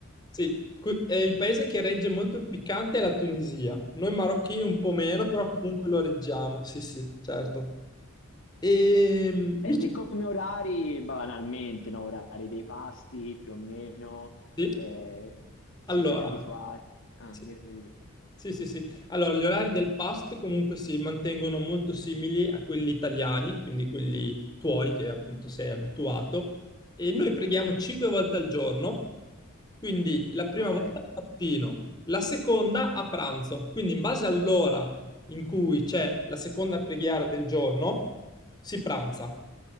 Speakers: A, on the left (about 20°); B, on the left (about 60°).
A: sì, qui- eh, il paese che regge molto il piccante è la Tunisia. Noi marocchini un po' meno,
B: Ah, Senti,
A: però comunque lo reggiamo. Sì, sì, certo. E
B: Senti,
A: mi
B: Eh, come orari, banalmente, no? Orari dei pasti, più o meno,
A: chiedi,
B: eh, siete
A: allora.
B: abituati? Ah,
A: sì.
B: dimmi, dimmi.
A: Sì, sì, sì. Allora, gli orari del PAST comunque si mantengono molto simili a quelli italiani, quindi quelli tuoi che appunto sei abituato. E noi preghiamo cinque volte al giorno, quindi la prima
B: Ok,
A: volta al mattino, la seconda a pranzo. Quindi in base all'ora in cui c'è la seconda preghiera del giorno, si pranza,